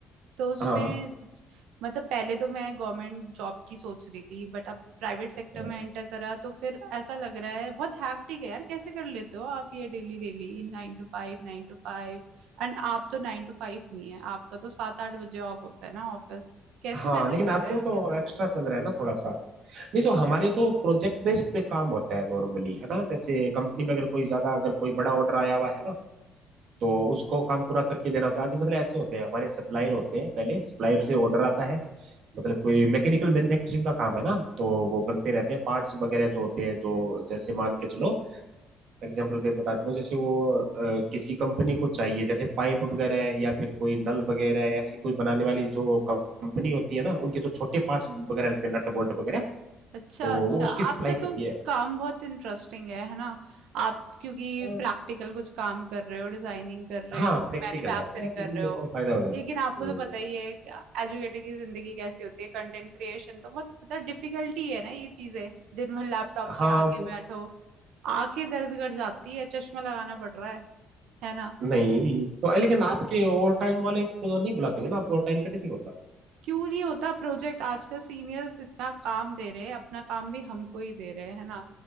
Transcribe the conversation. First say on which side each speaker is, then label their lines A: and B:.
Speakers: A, on the right; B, on the right.
A: तो उसमें
B: हाँ
A: मतलब पहले तो मैं गवर्नमेंट जॉब की सोच रही थी बट अब प्राइवेट सेक्टर
B: हाँ
A: में एंटर करा तो फिर ऐसा लग रहा है बहुत हैक्टिक है यार कैसे कर लेते हो आप ये daily daily नाइन टू फाइव नाइन टू फाइव And आप तो नाइन टू फाइव नहीं है आपका तो सात आठ बजे ऑफ होता है ना ऑफिस कैसे
B: हाँ,
A: मैनेज
B: लेकिन आजकल
A: कर रहे हैं आप
B: तो
A: ये सब
B: एक्स्ट्रा चल रहा है ना थोड़ा सा नहीं तो हमारे तो प्रोजेक्ट बेस्ड पे काम होता है नॉर्मली है ना जैसे कंपनी में अगर कोई ज्यादा अगर कोई बड़ा ऑर्डर आया हुआ है ना तो उसको काम पूरा करके देना होता है आगे मतलब ऐसे होते हैं हमारे सप्लायर होते हैं पहले सप्लायर से ऑर्डर आता है मतलब कोई मैकेनिकल मैन्युफैक्चरिंग का काम है ना तो वो बनते रहते हैं पार्ट्स वगैरह जो होते हैं जो जैसे मान के चलो एग्जाम्पल पे बता देता हूँ जैसे वो अ, किसी कंपनी को चाहिए जैसे पाइप वगैरह है या फिर कोई नल वगैरह है, ऐसी कोई बनाने वाली जो कंपनी होती है ना उनके जो छोटे पार्ट्स वगैरह लगते हैं नट बोल्ट वगैरह
A: अच्छा
B: तो
A: अच्छा
B: वो उसकी सप्लाई
A: आपका
B: करती
A: तो
B: है
A: काम बहुत इंटरेस्टिंग है है ना आप क्योंकि
B: अ,
A: प्रैक्टिकल कुछ काम कर रहे हो डिजाइनिंग कर रहे
B: हाँ
A: हो
B: प्रैक्टिकल
A: मैन्युफैक्चरिंग
B: है वो
A: कर
B: वो
A: रहे
B: मेरे
A: हो
B: को फायदा हो जाता
A: लेकिन
B: है हम्म,
A: आपको तो पता ही है कि एजुकेटर की जिंदगी कैसी होती है कंटेंट क्रिएशन तो बहुत मतलब डिफिकल्टी है ना ये चीजें दिन भर लैपटॉप
B: हाँ
A: के आगे
B: वो
A: बैठो आंखें दर्द कर जाती है चश्मा लगाना पड़ रहा है है ना
B: नहीं तो अ, लेकिन आपके ओवर टाइम वाले को तो नहीं बुलाते होंगे ना आप ओवर टाइम पे नहीं होता
A: क्यों नहीं होता प्रोजेक्ट आजकल सीनियर्स इतना काम दे रहे हैं अपना काम भी हमको ही दे रहे हैं है ना